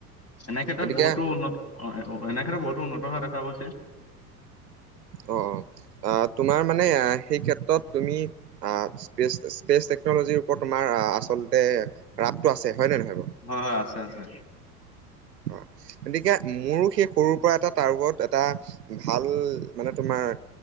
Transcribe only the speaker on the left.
এনে ক্ষেত্ৰত
বহুতো উন্নত অ এনে ক্ষেত্ৰত বহুতো উন্নত হোৱা দেখা গৈছে
হয় হয় আছে আছে